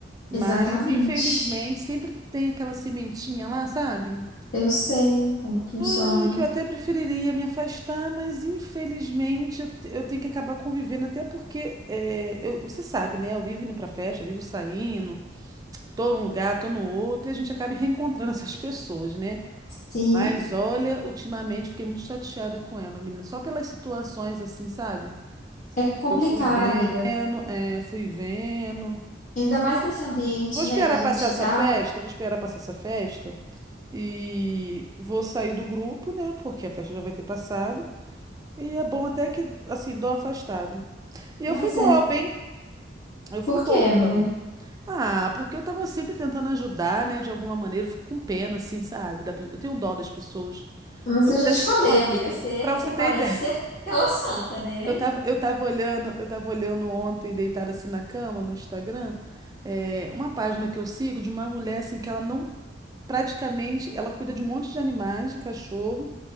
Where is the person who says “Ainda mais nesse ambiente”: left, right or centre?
Left